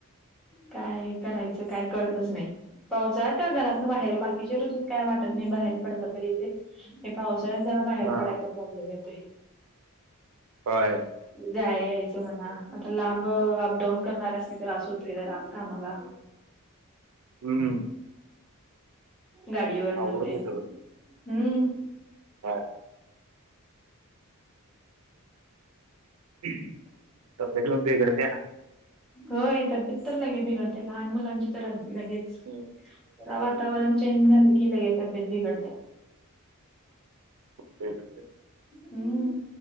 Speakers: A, in the centre; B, on the right (about 80°).
A: काय करायचं काय कळतच नाही, पावस अहेत घरा बाहेर बाकीच्या ऋतूत काय वाटत नाही बाहेर पडत तरी येत, पावसाळ्यात जरा बाहेर
B: हा
A: पडायच प्रॉब्लेम येतोय.
B: बाय.
A: जाय यायचं म्हणा, आता लांब अपडाऊन करणाऱ्यास णी त्रास होतोय जरा कामाला.
B: हम्म.
A: गाडीवर
B: अवघड
A: नवते,
B: होते
A: हम्म.
B: हा. ह्म, तब्यत पण बिगडत्या.
A: होय तब्येत तर लगे बिघडते, लहान मुलांची तर लगेच.
B: हम्म.
A: जरा वातावरण चेंज झालं की, लगेच तब्येत बिघडते.
B: क <unintelligible>
A: हम्म,